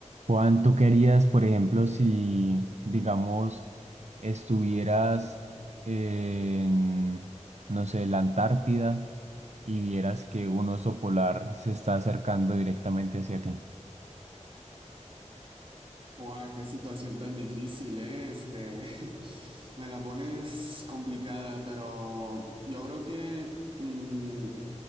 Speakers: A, on the right; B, on the right.
A: Juan, ¿tú querías, por ejemplo, si, digamos, estuvieras en, no sé, la Antártida y vieras que un oso polar se está acercando directamente hacia ti?
B: Fua, qué situación tan difícil, ¿eh? Este, <laughs> me la pones complicada, pero yo creo que mm,